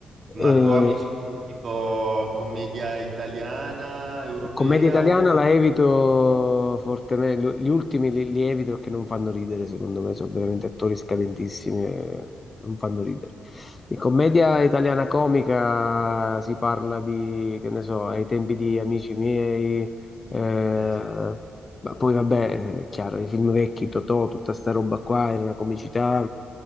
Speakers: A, on the right; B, on the left.
A: Ma
B: Eh,
A: comici tipo commedia italiana, europea
B: Commedia italiana
A: o...
B: la evito fortemente, gli ultimi li, li evito perché non fanno ridere, secondo me, sono veramente attori scadentissimi, e non fanno ridere. Di commedia italiana comica si parla di, che ne so, ai tempi di Amici miei, eh,
A: Eh sì.
B: ma poi vabbè, è chiaro, i film vecchi, Totò, tutta sta roba qua, era una comicità